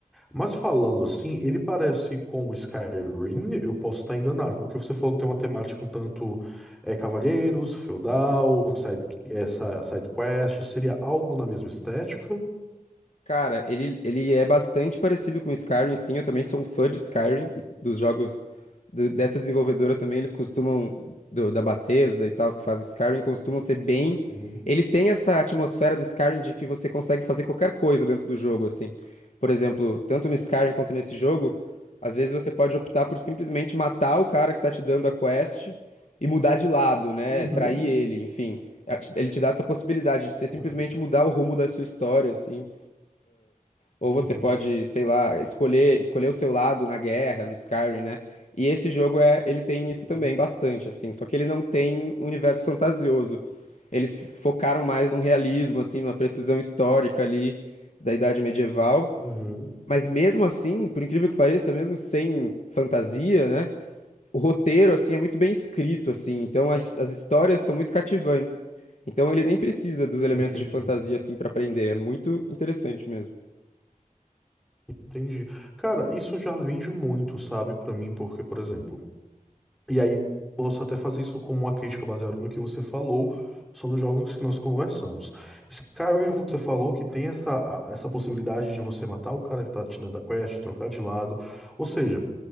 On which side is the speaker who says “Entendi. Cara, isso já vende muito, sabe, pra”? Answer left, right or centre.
Centre